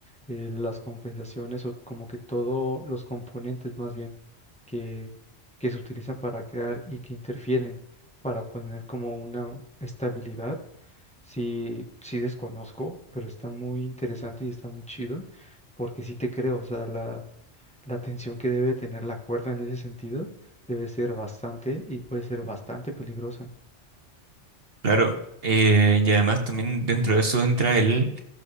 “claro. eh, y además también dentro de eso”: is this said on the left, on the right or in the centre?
Right